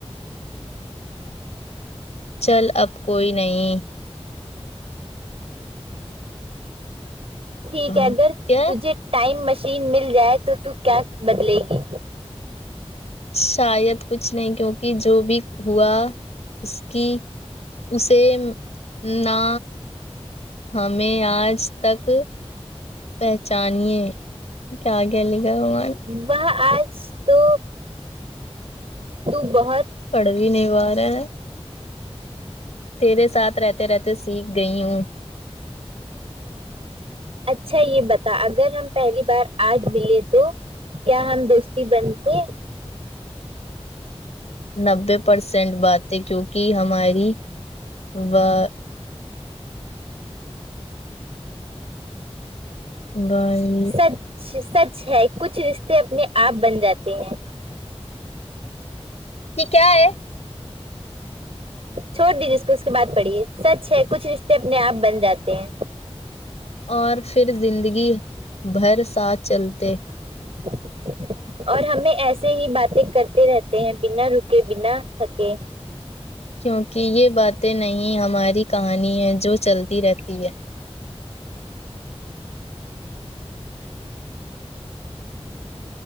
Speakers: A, on the left; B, on the right.
A: چل اب کوئی نہیں
B: ٹھیک
A: بات
B: ہے اگر
A: کیا
B: تجھے ٹائم مشین مل جائے تو تو کیا بدلے گی
A: شاید کچھ نہیں کیونکہ جو بھی ہوا اس کی اسے نہ ہمیں آج تک پہچانیے کیا کیا لکھے وا
B: وہ آج تو تو بہت
A: پڑھ بھی نہیں پا رہے ہیں تیرے ساتھ رہتے رہتے سیکھ گئی ہوں
B: اچھا یہ بتا اگر ہم پہلی بار آج ملے تو کیا ہم دوستی بنتے
A: نبے پرسینٹ باتیں کیونکہ ہماری وا بائے
B: سچ سچ ہے کچھ رشتے اپنے آپ بن جاتے ہیں
A: یہ کیا ہے
B: چھوڑ دیجیے اس کو اس کے بعد پڑھیے سچ ہے کچھ رشتے اپنے آپ بن جاتے ہیں
A: اور پھر زندگی بھر ساتھ چلتے
B: <inaudible> اور ہمیں ایسے ہی باتیں کرتے رہتے ہیں بنا رکے بنا تھکے
A: کیونکہ یہ باتیں نہیں ہماری کہانی ہے جو چلتی رہتی ہے